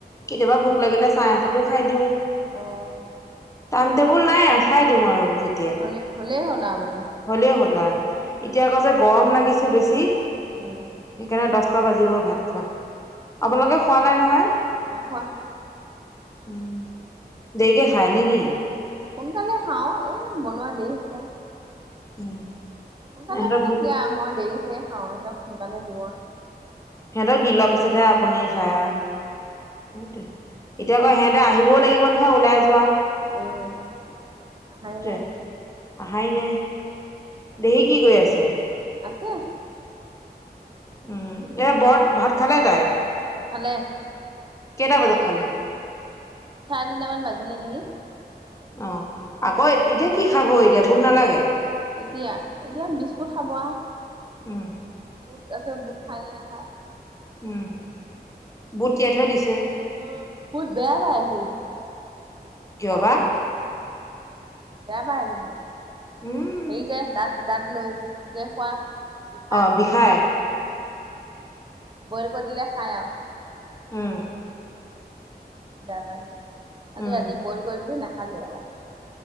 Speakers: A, on the left (about 20°); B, on the right (about 30°).
A: কেতিয়াবা ভোক লাগিলে চাৰে আঠটাতো খাই দিওঁ।
B: অঁ।
A: টাইম টেবুল নাই খাই দিওঁ আৰু যে
B: হ'লে হ'লেই হ'ল না মানে।
A: হ'লে শুনা
B: উম
A: এতিয়া আকৌ যে গৰম লাগিছে বেছি।
B: উম।
A: সেইকাৰণে দছটা বাজিব ভাত খোৱা। আপোনালোকে খোৱা নাই নহয়?
B: নাই খোৱা
A: উম দেৰিকে খাই নেকি?
B: সোনকালে খাওঁ এ বনোৱা দেৰি হৈছে
A: উম।
B: সোনকালে
A: ইহঁতৰ
B: মানে
A: ভোক
B: কিয়া মই দেৰিকে খাওঁ সিহঁতক সোনকালে দিওঁ আৰু।
A: সিহঁতক দি লোৱা পিছতহে আপুনি খাইয়া
B: অঁ
A: সেইতো এতিয়া আকৌ সিহঁতে আহিবও লাগিব নহয় ওলাই যোৱা।
B: উম অহাই
A: সেইটোৱে
B: নাই।
A: আহাই নাই। দেহি কি কৰি আছে?
B: আছে।
A: উম এ বৰ ভাত খালে তাই?
B: খালে।
A: কেটা বোজাত খালে?
B: চাৰে তিনিটামান বাজিলে নেকি? খাওঁতে।
A: অ আকৌ এতিয়া কি খাব এতিয়া ভোক নালাগে?
B: এতিয়া এতিয়া বিস্কুট খাব আৰু।
A: উম।
B: বুত আছে বুট খাইনে নাখায়।
A: উম বুত তিয়াই থোই দিছে?
B: আহ বুত বেয়া পাই হি
A: কিয়
B: আমাৰ।
A: বা
B: বেয়া পায় জানি
A: উম
B: সেই যে দাত দাত লৈ তাকে খোৱা।
A: অঁ বিষাই।
B: উম বইল কৰি দিলে খাই অ।
A: অ।
B: দাবা কালি
A: উম
B: ৰাতি বইল কৰি দিলো নাখালেও।